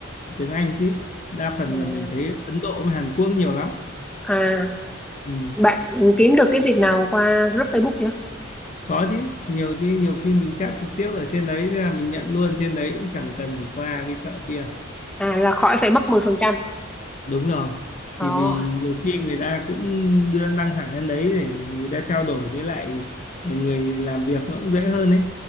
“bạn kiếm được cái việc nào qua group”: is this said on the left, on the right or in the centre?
Centre